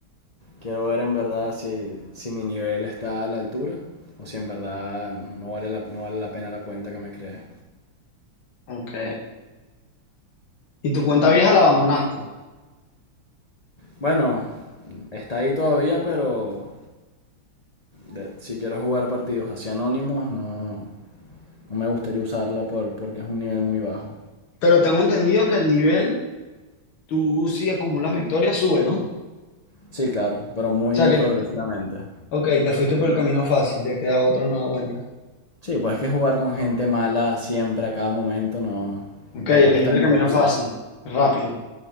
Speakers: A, on the left; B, on the left.
A: quiero ver en verdad si, si mi nivel está a la altura o si en verdad no vale la, no vale la pena la cuenta que me creé.
B: Ok. Y tu cuenta vieja la abandonaste.
A: Bueno, está ahí todavía, pero de- si quiero jugar partidos así anónimos, no, no me gustaría usarla por, porque es un nivel muy bajo.
B: Pero tengo entendido que el nivel, tú si acumulas victorias, sube, ¿no? O
A: Sí, claro, pero muy
B: sea que,
A: progresivamente.
B: ok, te fuiste por el camino fácil, de crear otra nueva cuenta.
A: Sí, pues es que jugar con gente mala siempre a cada momento no,
B: Ok,
A: tampoco
B: elegiste
A: es tan
B: el camino
A: divertido.
B: fácil, rápido.